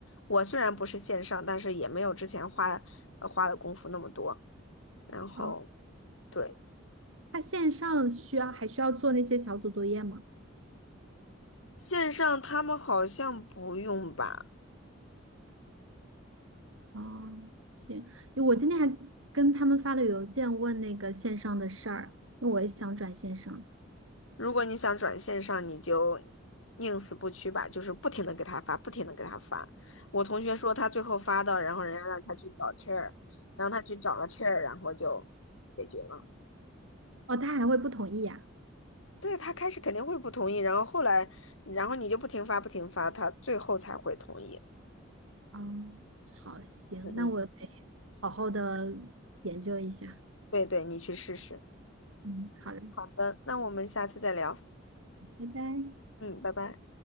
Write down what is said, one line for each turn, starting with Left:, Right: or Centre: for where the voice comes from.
Left: 我虽然不是线上，但是也没有之前花呃花的功夫那么多。然后
Right: 哦，
Left: 对，
Right: 他线上需要还需要做那些小组作业吗？
Left: 线上他们好像不用吧？
Right: 哦，行，我今天还跟他们发了邮件问那个线上的事儿，因为我也想转线上。
Left: 如果你想转线上，你就宁死不屈吧，就是不停的给他发，不停的给他发。我同学说他最后发的，然后人家让他去找 chair，让他去找了 chair，然后就解决了。
Right: 哦，他还会不同意呀？
Left: 对，他开始肯定会不同意，然后后来，然后你就不停发不停发，他最后才会同意。
Right: 嗯，好，行，
Left: 嗯嗯，
Right: 那我得好好的研究一下。
Left: 对对，你去试试。
Right: 嗯，好嘞，
Left: 好的，那我们下次再聊。
Right: 拜拜。
Left: 嗯，拜拜。